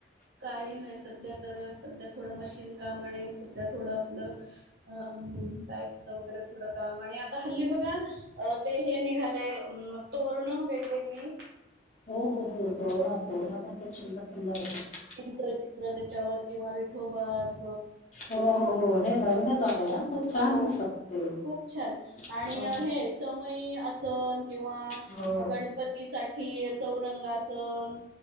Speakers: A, on the right; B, on the left.
A: काही नाही सध्या तर सध्या थोडं मशीन काम आणि सध्या थोडं आपलं अ बॅगचं वगैरे थोडं काम आणि आता हल्ली बघा अ ते हे निघाले तोरणं वेगवेगळी
B: हो हो हो तोरण तोरणं पण खूप सुंदर सुंदर होत.
A: च चित्र त्याच्यावर किंवा विठोबात
B: हो हो हो हे नवीनच आलंय खूप छान
A: हो
B: दिसतं. ते
A: खूप छान
B: हो
A: आणि हे समई असन किंवा
B: हो हो
A: गणपती पतीसाठी चौरंगासन